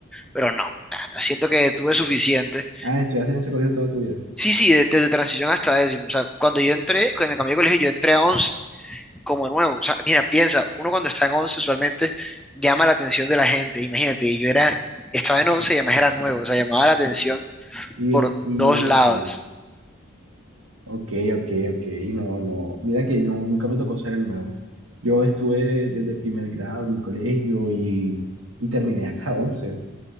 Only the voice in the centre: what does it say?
pero no. nada, siento que tuve suficiente.
Sí, sí, de- desde transición hasta décimo. O sea, cuando yo entré, cuando cambié de colegio, yo entré a once como nuevo. O sea, mira, piensa, uno cuando está en once usualmente llama la atención de la gente. Imagínate, y yo era, estaba en once y además era nuevo. O sea, llamaba la atención
por
dos lados.